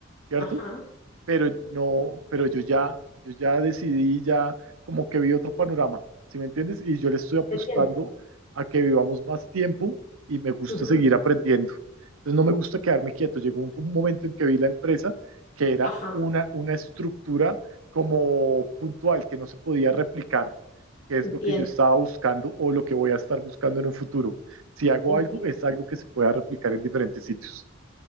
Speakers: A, on the right; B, on the left.
A: ¿cierto?
B: ajá,
A: pero no, pero yo ya, yo ya decidí, ya como que vi otro panorama, ¿sí me entiendes? Y yo le estoy apostando
B: entiendo,
A: a que vivamos más tiempo y me gusta
B: ujú,
A: seguir aprendiendo. Entonces no me gusta quedarme quieto. Llegó un, un momento en que vi la empresa que era
B: ajá,
A: una, una estructura como puntual, que no se podía replicar, que es
B: entiendo,
A: lo que yo estaba buscando o lo que voy a estar buscando en un futuro. Si hago
B: entiendo.
A: algo, es algo que se pueda replicar en diferentes sitios.